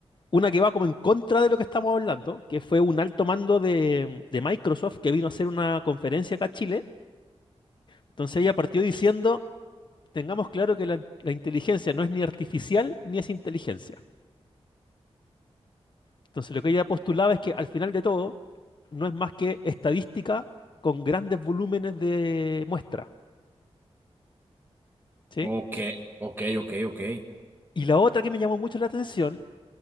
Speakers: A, on the left (about 45°); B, on the right (about 20°).
A: Una que va como en contra de lo que estamos hablando, que fue un alto mando de, de Microsoft que vino a hacer una conferencia acá a Chile. Entonces ella partió diciendo, tengamos claro que la, la inteligencia no es ni artificial ni es inteligencia. Entonces lo que ella postulaba es que al final de todo no es más que estadística con grandes volúmenes de muestra, ¿sí?
B: Ok, ok, ok, ok.
A: Y la otra que me llamó mucho la atención